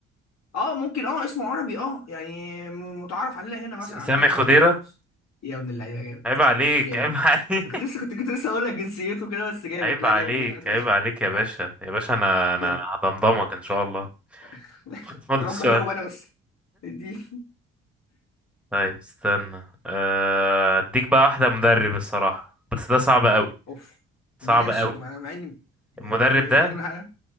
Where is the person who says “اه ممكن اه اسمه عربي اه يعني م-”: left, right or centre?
Left